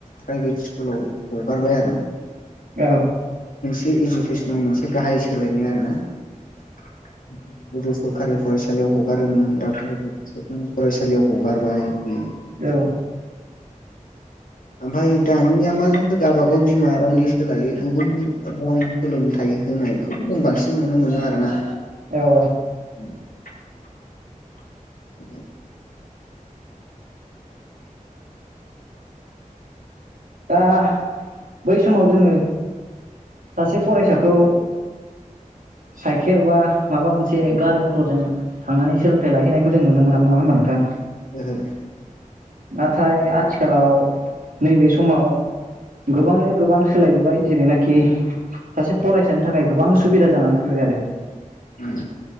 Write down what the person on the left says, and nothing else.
प्राइभेट स्कुलाव हगारबाय आरो ना
बे इडुकेसनाव मोनसे गाहाय सोलायनाय आरो ना <unintelligible> सरखारि फरायसालियाव हगारोमोन दा प्राइभेट फरायसालियाव हगारबाय ओं
ओमफ्राय दानिया मा जोंखौ गावबागाव बिमा रावनि सोलायै गुबुन रावनि सोलोंथाइ होनायखौबो जों बांसिन नुनो मोनो आरो ना
<inaudible> <inaudible>
ओं ओं
उम